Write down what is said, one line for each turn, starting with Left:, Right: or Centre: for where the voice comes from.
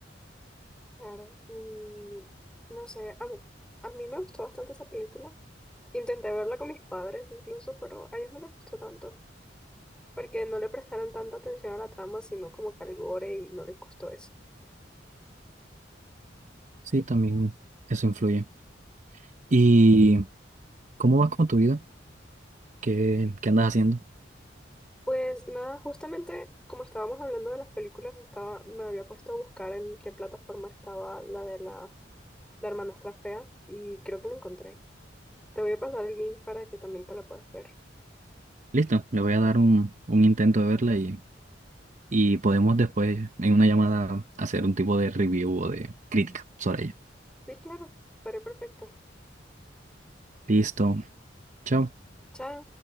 Centre: Claro, y no sé, a mí, a mí me gustó bastante esa película. Intenté verla con mis padres incluso, pero a ellos no les gustó tanto, porque no le prestaron tanta atención a la trama, sino como que al gore y no les gustó eso.
Right: Sí, también eso influye. ¿Y cómo vas con tu vida? ¿Qué, qué andas haciendo?
Centre: Pues nada, justamente como estábamos hablando de las películas, estaba, me había puesto a buscar en qué plataforma estaba la de la, la hermanastra fea y creo que la encontré. Te voy a pasar el link para que también te la puedas ver.
Right: Listo, le voy a dar un, un intento de verla y, y podemos después en una llamada hacer un tipo de review o de crítica sobre ella.
Centre: Sí, claro, estaría perfecto.
Right: Listo, chao.
Centre: Chao.